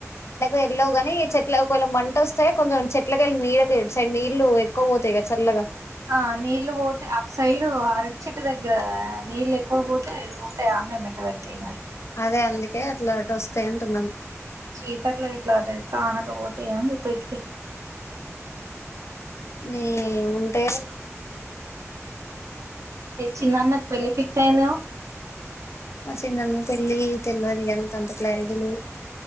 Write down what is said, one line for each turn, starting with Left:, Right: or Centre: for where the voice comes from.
Left: వెళ్లవుగాని ఈ చెట్లవేలా మంట వస్తే కొంచెం చెట్ల వెళ్ళ నీళ్ళ సడ్ నీళ్ళలు ఎక్కువ పోతాయి కద చల్లగా
Right: ఆ నీళ్లు పోతే ఆ సైడు అరటి చెట్టు దగ్గర నీళ్ళు ఎక్కువ పోతే ఉంటాయా మెట్ట పెడు తెయి మరి
Left: అదే అందుకే అట్లా అ వస్తాయి అంటున్నాను
Right: చీకట్లా ఇట్లా కానకపోతే ఏముంది తకితే
Left: న ఉంటే
Right: చిన్నన్న కి పెళ్ళి ఫిక్స్ అయింది గా
Left: మ చిందన్న పెళ్ళి తెల్వదుగ నాంతంత క్లారిటీ లేదు